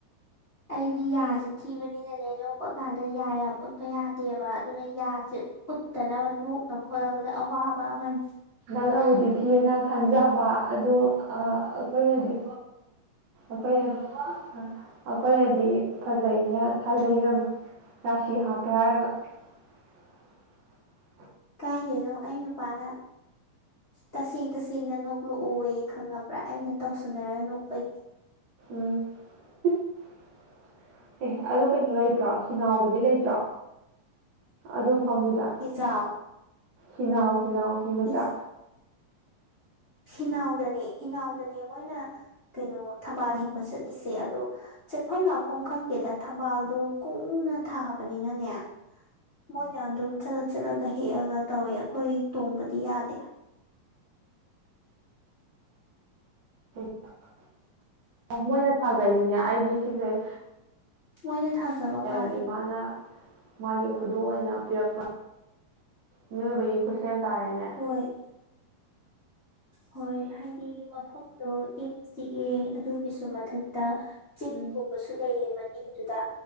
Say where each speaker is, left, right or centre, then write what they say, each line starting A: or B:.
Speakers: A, on the left; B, on the right.
A: ꯑꯩꯗꯤ ꯌꯥꯁꯤ ꯊꯤꯕꯅꯤꯅꯅꯦ ꯅꯣꯛꯄ ꯀꯥꯟꯗ ꯌꯥ ꯌꯥꯝ ꯎꯠꯄ ꯌꯥꯗꯦꯕ ꯑꯗꯨꯅ ꯌꯥꯁ ꯎꯠꯇꯅꯕ ꯅꯣꯛꯅꯕ ꯍꯣꯠꯅꯕꯗ ꯑꯋꯥꯕ ꯑꯃꯅꯤ
B: ꯅꯪꯅꯕꯨꯗꯤ ꯊꯤꯑꯅ ꯈꯟꯖꯕ ꯑꯗꯨ ꯑꯩꯈꯣꯏꯅꯗꯤ ꯑꯩꯈꯣꯏꯅ ꯑꯩꯈꯣꯏꯅꯗꯤ ꯐꯖꯅ ꯈꯜꯂꯕꯃ ꯔꯁꯤ ꯍꯥꯞꯄꯦ ꯍꯥꯏꯒ <inaudible>
A: ꯀꯥꯏꯗꯣꯏꯅꯣ ꯑꯩ ꯅꯨꯄꯥꯅ ꯇꯁꯦꯡ ꯇꯁꯦꯡꯅ ꯅꯣꯛꯂꯛꯑꯣꯌꯦ ꯈꯪꯉꯕ꯭ꯔꯥ ꯑꯩꯅ ꯇꯧꯁꯟꯅꯔ
B: ꯎꯝ
A: ꯅꯣꯛꯄꯒꯤ
B: ꯎꯝ ꯑꯦ ꯑꯗꯨ ꯀꯩꯅꯣ ꯂꯩꯇ꯭ꯔꯣ ꯍꯤꯅꯥꯎꯒꯗꯤ ꯂꯩꯇ꯭ꯔꯣ ꯑꯗꯨ ꯃꯐꯝꯗꯨꯗ
A: ꯍꯤꯖꯥꯎ
B: ꯍꯤꯅꯥꯎ ꯍꯤꯅꯥꯎ ꯍꯤ ꯃꯆꯥ
A: ꯍꯤꯖꯥꯎ ꯍꯤꯅꯥꯎꯗꯅꯦ ꯍꯤꯅꯥꯎꯗꯅꯦ ꯃꯣꯏꯅ ꯀꯩꯅꯣ ꯊꯝꯕꯥꯜ ꯍꯦꯛꯄ ꯆꯠꯂꯤꯁꯦ ꯑꯗꯣ ꯆꯠꯐꯝ ꯂꯥꯛꯐꯝ ꯈꯪꯗꯦꯗ ꯊꯝꯕꯥꯜꯗ ꯀꯨꯡꯅ ꯊꯥꯕꯅꯤꯅꯅꯦ ꯃꯣꯏꯅ ꯑꯗꯨꯝ ꯆꯠꯂ ꯆꯠꯂꯒ ꯍꯦꯛꯑꯒ ꯇꯧꯋꯦ ꯑꯩꯈꯣꯏ ꯇꯣꯡꯕꯗꯤ ꯌꯥꯗꯦ
B: ꯎꯝ ꯃꯣꯏꯅ ꯊꯥꯖꯩꯅꯤꯅꯦ ꯑꯩꯗꯤ ꯁꯤꯁꯦ
A: ꯃꯣꯏꯅꯦ ꯊꯥꯖꯕ
B: ꯂꯩꯔꯝꯃꯤ
A: ꯃꯥꯜꯂꯦ
B: ꯃꯥꯅ ꯃꯥꯒꯤ ꯈꯨꯗꯣꯜ ꯑꯣꯏꯅ ꯄꯤꯔꯛꯄ ꯃꯤꯑꯣꯏꯕꯒꯤ ꯈꯨꯠꯁꯦꯝ ꯇꯥꯔꯦꯅꯦ
A: ꯍꯣꯌ ꯍꯣꯏ ꯍꯥꯏꯗꯤ ꯃꯐꯝꯗꯣ ꯏꯪ ꯆꯤꯛꯑꯦ ꯑꯗꯨꯒꯤꯁꯨ ꯃꯊꯛ ꯗ ꯆꯤꯡꯒꯨꯝꯕꯁꯨ
B: ꯎꯝ
A: ꯂꯩꯑ ꯃꯅꯤꯡꯗꯨꯗ